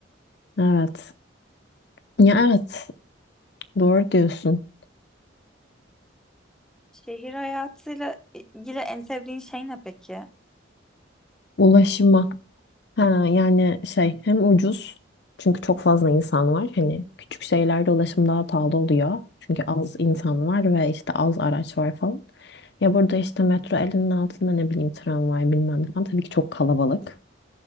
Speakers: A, on the left (about 55°); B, in the centre.
A: Evet. Ya evet. Doğru diyorsun.
B: Şehir hayatıyla ilgili en sevdiğin şey ne peki?
A: Ulaşıma. Ha, yani şey hem ucuz çünkü çok fazla insan var. Hani küçük şeylerde ulaşım daha pahalı oluyor. Çünkü az insan var ve işte az araç var falan. Ya burada işte metro elinin altında ne bileyim tramvay bilmem ne falan tabii ki çok kalabalık.